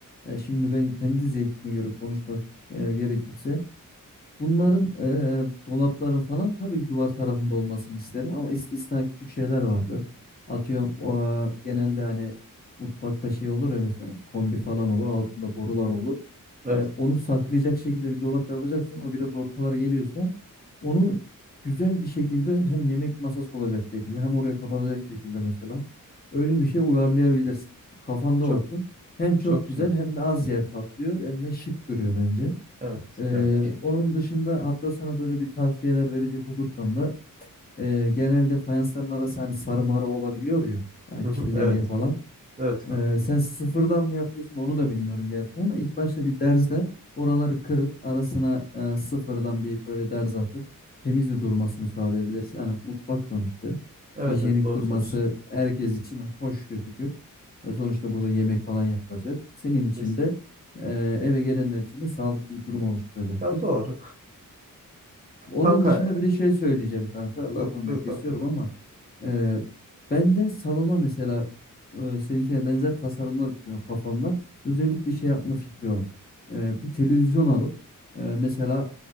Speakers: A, on the left; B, on the right.
A: Ya şimdi ben kendi zevkime göre konuşmak e, gerekirse Bunların eee, dolapların falan tabii ki duvar tarafında olmasını isterim ama istisna küçük şeyler vardır. Atıyorum o, genelde hani mutfakta şey olur ya mesela kombi falan olur altında borular olur.
B: Evet.
A: E, onu saklayacak şekilde bir dolap yapacaksan o biraz ortalara geliyorsa onu güzel bir şekilde hem yemek masası olacak şekilde hem oraya kapatacak şekilde mesela öyle bir şey uyarlayabilirsin. Kafanda
B: Çok
A: olsun. Hem çok
B: çok
A: güzel
B: güzel.
A: hem de az yer kaplıyor hem de şık duruyor bence.
B: Evet.
A: Ee,
B: Evet.
A: onun dışında hatta sana böyle bir tavsiyeler verecek olursam da e, genelde fayansların arası hani sarı marı olabiliyor ya hani
B: Hı hı,
A: kirleniyor
B: evet.
A: falan.
B: Evet kanka.
A: Ee, sen sıfırdan mı yapıyorsun onu da bilmiyorum gerçi ama ilk başta bir derzde oraları kırıp arasına e, sıfırdan bir böyle derz atıp temiz de durmasını sağlayabilirsin. Hani mutfak sonuçta.
B: Evet
A: Hijyenik
B: evet doğru
A: durması
B: söylüyorsun.
A: herkes için hoş gözükür. E, sonuçta burada yemek falan yapılacak. Senin için
B: Kesin.
A: de e, eve gelenler için de sağlıklı bir durum oluşturacaktır.
B: Ya doğru.
A: Onun
B: Kanka
A: dışında
B: e,
A: bir de şey söyleyeceğim kanka. Lafını
B: buyur, buyur
A: da kesiyorum
B: kanka.
A: ama e, ben de salona mesela e, seninkine benzer tasarımlar düşünüyorum kafamda. Özellikle şey yapma fikri var. E, bir televizyon alıp e, mesela